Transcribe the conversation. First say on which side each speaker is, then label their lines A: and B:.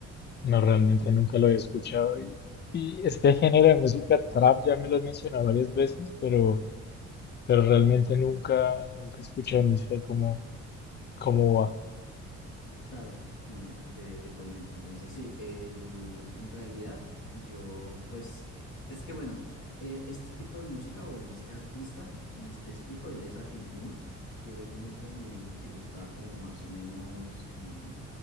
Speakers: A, on the left; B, on the left.
A: No, realmente nunca lo había escuchado. Y, y este género de música trap ya me lo has mencionado varias veces, pero, pero realmente nunca, nunca he escuchado ni sé cómo, cómo va.
B: Claro, no, mira, te, te comento. Entonces, sí, el, en realidad yo, pues, eh, es que bueno, eh, este tipo de música, o bueno, este artista en específico, él es argentino. Llegó un momento en mi vida en el que yo estaba como más o menos, em,